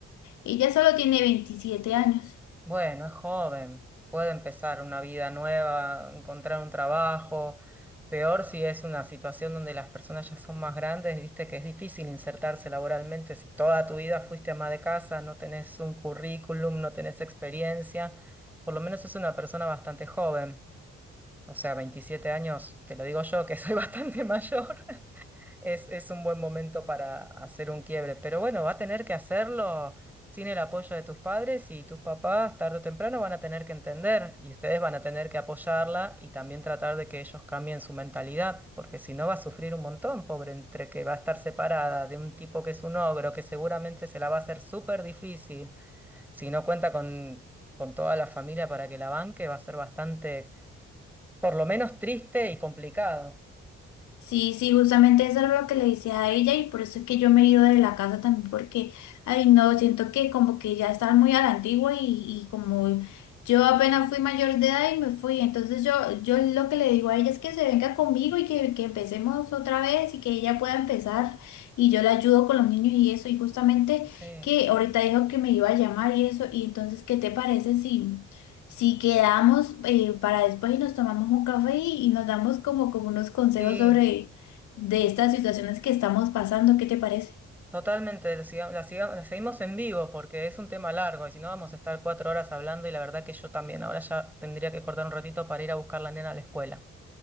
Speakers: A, on the left; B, in the centre.
A: Ella solo tiene 27 años.
B: Bueno, es joven, puede empezar una vida nueva, encontrar un trabajo. Peor si es una situación donde las personas ya son más grandes, viste que es difícil insertarse laboralmente si toda tu vida fuiste ama de casa, no tenés un currículum, no tenés experiencia. Por lo menos es una persona bastante joven, o sea, 27 años, te lo digo yo que soy <laughs> bastante mayor. Es, es un buen momento para hacer un quiebre, pero bueno, va a tener que hacerlo sin el apoyo de tus padres y tus papás tarde o temprano van a tener que entender y ustedes van a tener que apoyarla y también tratar de que ellos cambien su mentalidad, porque si no va a sufrir un montón, pobre, entre que va a estar separada de un tipo que es un ogro, que seguramente se la va a hacer súper difícil, si no cuenta con, con toda la familia para que la banque, va a ser bastante, por lo menos triste y complicado.
A: Sí, sí, justamente eso era lo que le decía a ella y por eso es que yo me he ido de la casa también porque, ay no, siento que como que ya estaba muy a la antigua y, y como yo apenas fui mayor de edad y me fui, entonces yo, yo lo que le digo a ella es que se venga conmigo y que, que empecemos otra vez y que ella pueda empezar y yo la ayudo con los niños y eso y justamente
B: Sí,
A: que ahorita dijo que me iba a llamar y eso y entonces, ¿qué te parece si... Si quedamos eh, para después y nos tomamos un café y, y nos damos como, como unos consejos
B: sí.
A: sobre de estas situaciones que estamos pasando, ¿qué te parece?
B: Totalmente, lo siga- la, siga- la seguimos en vivo porque es un tema largo y si no vamos a estar cuatro horas hablando y la verdad que yo también ahora ya tendría que cortar un ratito para ir a buscar la nena a la escuela.